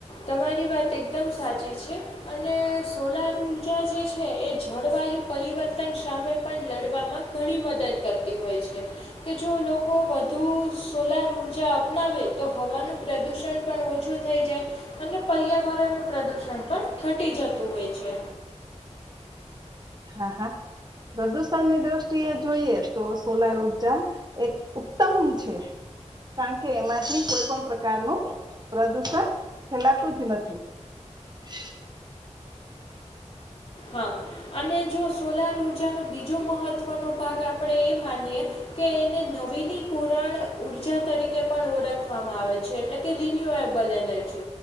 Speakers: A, on the left; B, on the right.
A: તમારી વાત એકદમ સાચી છે અને સોલાર ઉઊર્જા જે છે એ જળવાયુ પરિવર્તન સામે પણ લડવામાં ઘણી મદદ કરતી હોય છે કે જો લોકો વધુ સોલાર ઉઊર્જા અપનાવે તો હવાનું પ્રદુષણ પણ ઓછું થઈ જાય અને પર્યાવરણનું પ્રદૂષણ પણ ઘટી જતું હોય છે
B: હા હા પ્રદુષણની દ્રષ્ટિએ જોઈએ તો સોલાર ઉર્જા એક ઉત્તમ છે કારણ કે એમાંથી કોઈ પણ પ્રકારનું પ્રદુષણ ફેલાતું જ નથી હ
A: હા અને જો સોલાર ઉર્જાનો બીજો મહત્વનો ભાગ આપણેે એ માનીએ કે એને નવીની કુરાણ ઉર્જા તરીકે પણ ઓળખવામાં આવે છે છે એટલે કે રિન્યુએબલ એનર્જી